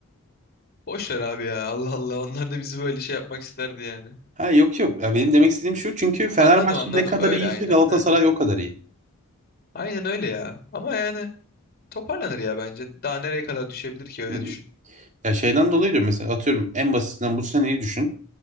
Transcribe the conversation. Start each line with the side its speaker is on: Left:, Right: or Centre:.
Left: Boş ver abi ya. Allah Allah. Onlar da bizi böyle şey yapmak isterdi yani.
Right: Ha yok yok ya benim demek istediğim şu çünkü Fenerbahçe
Left: Anladım anladım.
Right: ne kadar
Left: Öyle
Right: iyiyse
Left: aynen
Right: Galatasaray
Left: de.
Right: o kadar iyi.
Left: Aynen öyle ya. Ama yani toparlanır ya bence. Daha nereye kadar düşebilir ki öyle
Right: Hı hı.
Left: düşün.
Right: Ya şeyden dolayı diyorum mesela atıyorum en basitinden bu seneyi düşün.